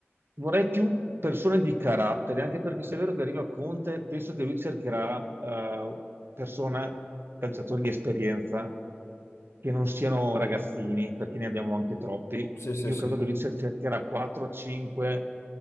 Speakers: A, on the right; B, on the left.
A: vorrei più persone di carattere, anche perché se è vero che arriva Conte, penso che lui cercherà eh, persone, calciatori di esperienza che non siano ragazzini, perché ne abbiamo anche troppi.
B: sì, sì,
A: Io
B: sì.
A: credo che lui cer- cercherà 4-5